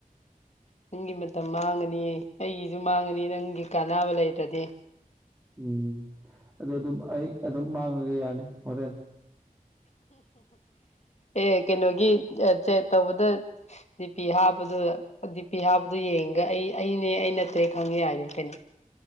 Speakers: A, on the left (about 50°); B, on the right (about 15°).
A: ꯅꯪꯒꯤ ꯃꯇꯝ ꯃꯥꯡꯉꯅꯤ ꯑꯩꯒꯤꯁꯨ ꯃꯥꯡꯉꯅꯤ ꯅꯪꯒꯤ ꯀꯥꯟꯅꯕ ꯂꯩꯇ꯭ꯔꯗꯤ
B: ꯎꯝ ꯑꯗꯨ ꯑꯗꯨꯝ ꯑꯩ ꯑꯗꯨꯝ ꯃꯥꯡꯉꯒ ꯌꯥꯅꯤ ꯍꯣꯔꯦꯟ
A: ꯑꯦ ꯀꯩꯅꯣꯒꯤ ꯇꯧꯕꯗ ꯗꯤꯄꯤ ꯍꯥꯞꯄꯗꯨ ꯗꯤꯄꯤ ꯍꯥꯞꯄꯗꯨꯣ ꯌꯦꯡꯉꯒ ꯑꯩ ꯑꯩꯅꯦ ꯑꯩ ꯅꯠꯇꯦ ꯈꯪꯉꯦ ꯌꯥꯏꯗꯤ ꯀꯩꯅꯣ